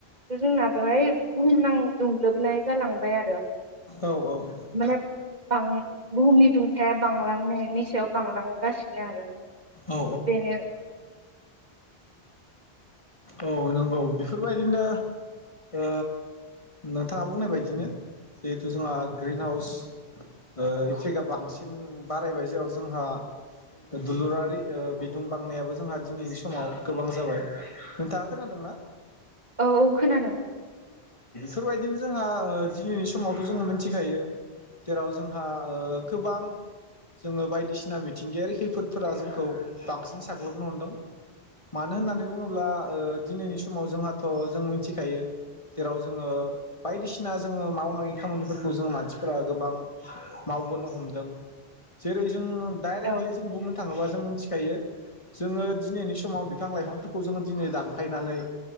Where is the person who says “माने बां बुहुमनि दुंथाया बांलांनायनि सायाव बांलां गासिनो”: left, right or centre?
Right